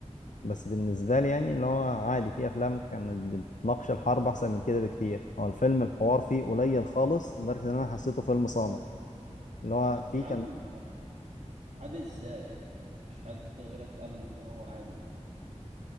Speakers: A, on the left (about 90°); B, on the right (about 70°).
A: بس بالنسبة لي يعني اللي هو عادي فيه أفلام كانت بتناقش الحرب أحسن من كده بكتير هو الفيلم الحوار فيه قليل خالص لدرجة إن أنا حسيته فيلم صامت اللي هو فيه
B: يا عم
A: كان
B: عادي ازاي مفيش حد غيرك قال ان هو عادي